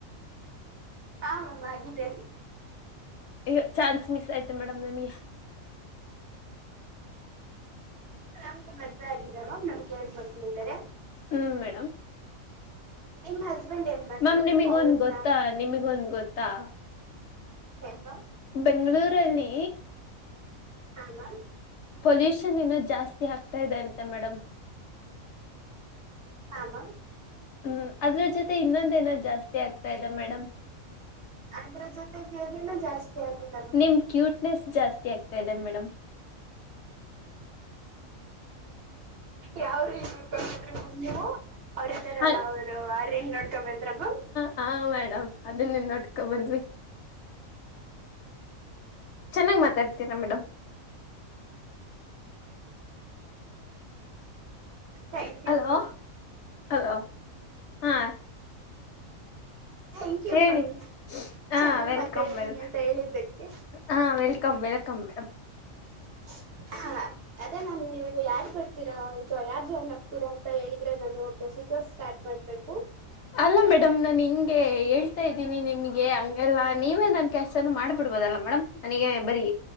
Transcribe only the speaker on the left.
ಹ ಚಾನ್ಸ್ ಮಿಸ್ ಆಯ್ತೆ ಮೇಡಮ್ ನಮಗೆ.
ಹ್ಮ ಮೇಡಮ್
ಮ್ಯಾಮ್ ನಿಮಗೊಂದ್
ಗೊತ್ತಾ ನಿಮಗೊಂದ್ ಗೊತ್ತಾ.
ಬೆಂಗಳೂರಲ್ಲಿ.
ಪೊಲ್ಯೂಷನ್ ಇನ್ನೋ ಜಾಸ್ತಿ ಆಗ್ತಾ ಇದೆ ಅಂತೆ ಮೇಡಮ್.
ಹ್ಮ್ ಅದ್ರ ಜೊತೆ ಇನ್ನೊಂದೇನೋ ಜಾಸ್ತಿ ಆಗ್ತಾ ಇದೆ ಮೇಡಮ್.
ನಿಮ್ ಕ್ಯೂಟ್ನೆಸ್ ಜಾಸ್ತಿ ಆಗ್ತಾ ಇದೆ ಮೇಡಮ್.
ಹಾ
ಹಾ ಮೇಡಮ್ ಅದನ್ನೇ ನೋಡ್ಕೊಂಡ ಬಂದ್ವಿ ಚೆನ್ನಾಗಿ ಮಾತಾಡ್ತೀರಾ madam
hello
hello ಹಾ
ಹೇಳಿ
ಹಾ
ವೆಲ್ಕಮ್
ವೆಲ್
ಹಾ ವೆಲ್ಕಮ ವೆಲ್ಕಮ ಮೇಡಮ್
ಅಲ್ಲಾ ಮೇಡಮ್ ನಾನ್ ಹಿಂಗೆ ಹೇಳ್ತಾ ಇದ್ದೀನಿ ನಿಮ್ಗೆ ಹಂಗೆಲ್ಲಾ ನೀವೇ ನನ್ ಕೆಲಸಾನು ಮಾಡ್ಬಿಡ್ಬೋದಲ್ಲ ಮೇಡಮ್ ನನಗೆ ಬರೀ